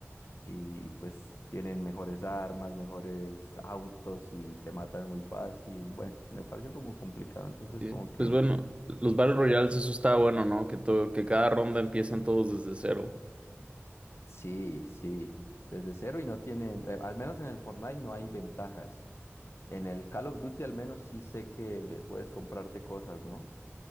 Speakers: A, on the left; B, on the right.
A: y pues tienen mejores armas, mejores autos y te matan muy fácil. Bueno, me pareció como complicado, entonces
B: sí.
A: como que
B: Pues bueno, los Battle Royales, eso está bueno, ¿no? Que, to- que cada ronda empiezan todos desde cero.
A: sí, sí, desde cero y no tienen, eh, al menos en el Fortnite no hay ventajas. En el Call of Duty al menos sí sé que puedes comprarte cosas, ¿no?